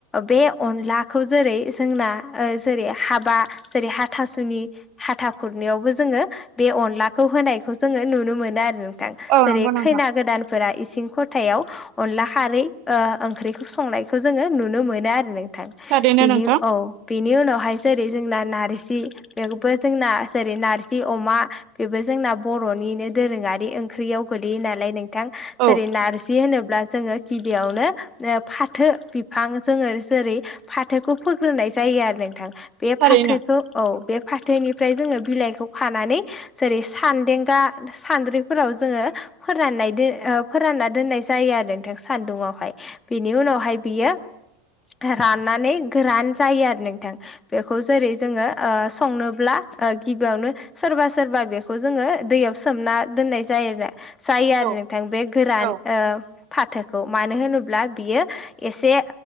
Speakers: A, on the left (about 20°); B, on the right (about 50°).
A: बे अनलाखौ जेरै जोंना जेरै हाबा जेरै हाथासुनि। हाथा खुरनाययावबो जोङो बे अनलाखौ होनाय बे खौ जोङो नुनो मोनो आरो नोंथां
B: औ
A: जेरै
B: नंगौ नोंथां
A: खैना गोदानफोरा इसिं खथायाव अनला खारै ओंख्रिखौ संनायखौ जोङो नुनो मोनो आरो नोंथां।
B: थारैनो
A: बेनि
B: नोंथां
A: औ बेनि उनावहाय जेरै जोंना नारजि। बेबो जोंना जेरै नारजि अमा बेबो जोंना बर'निनो दोरोङारि ओंख्रियाव गोलैयो नालाय नोंथां
B: औ
A: जेरै नारजि जि होनोब्ला जोङो गिबियावनो फाथो बिफां जोङो जेरै फाथोखौ फोग्रोनाय जायो आरो नोंथां। बे
B: थारैनो
A: फाथोखौ औ बे फाथोनिफ्राय जोङो बिलाइखौ खानानै जेरै सान्देंगा सान्द्रिफोराव जोङो फोराननाय फोरानना दोननाय जायो आरो नोंथां सान्दुंावहाय बेनि उनावहाय बियो राननानै गोरान जायो आरो नोंथां। बेखौ जेरै जोङो संनोब्ला गिबियावनो सोरबा सोरबा बेखौ जोङो दैयाव सोमना दोननाय जायोना जायो
B: औ
A: आरो नोंथां बे गोरान
B: औ
A: फाथ खोथाखौ मानो होनोब्ला बियो एसे